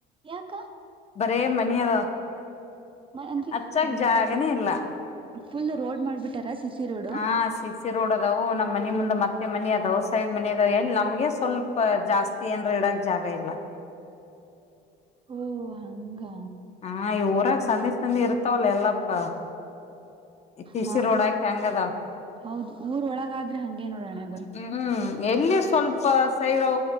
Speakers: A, on the right (about 25°); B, on the left (about 35°).
A: ಯಾಕ
B: ಬರೇ ಮನಿ ಅದಾವಅಚ್ಚಾಕ
A: ಅಂದ್ರೆ ಹ್ಮ್
B: ಜಾಗನೇ ಇಲ್ಲಾ.
A: ಫುಲ್ ರೋಡ್ ಮಾಡ್ಬಿಟ್ಟು ತರ ಶಿಸಿಸಿ ರೋಡ್
B: ಹಾ, ಶಿಸಿ ರೋಡ್ ಅದಾವು ನಮ್ಮ ಮನಿ ಮುಂದ, ಮತ್ತೆ ಮನಿಅದಾವು. ಸೈಡ್ ಮನಿ ಅದಾವ ಎಲ್ಲಿ ನಮ್ಗೆ ಸ್ವಲ್ಪ ಜಾಸ್ತಿ ಏನ್ ಇಡಕ್ ಜಾಗ ಇಲ್ಲಾ.
A: ಓಹೋ, ಹಂಗಾ
B: ಹಾ, ಈ ಊರಾಗ ಸಂದಿ-ಸಂದಿಇರುತ್ತ ಮತ್ತೊಲ್ಲ ಎಲ್ಲಪ್ಪ <unintelligible> ಸಿ
A: ಹಾ
B: ಸಿ ರೋಡಾಕ ಹೆಂಗ ಅದಾವ
A: ಹೌದು, ಊರ್ ಒಳಗಾದ್ರೆ ಹಂಗೆ ನೋಡಹಣೆಬರಹ.
B: ಹ್ಮ್, ಎಲ್ಲಿ ಸ್ವಲ್ಪ ಸೈಡು